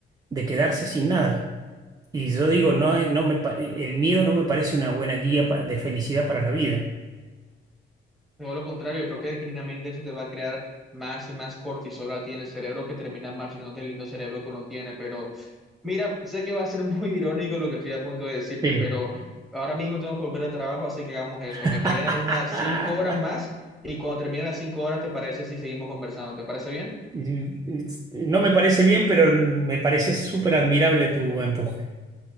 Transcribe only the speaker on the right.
de quedarse sin nada. Y yo digo, no, eh, no me, pa- el miedo no me parece una buena guía pa- de felicidad para la vida.
Sí.
<laughs>
Y- y- No me parece bien, pero me parece súper admirable tu empuje.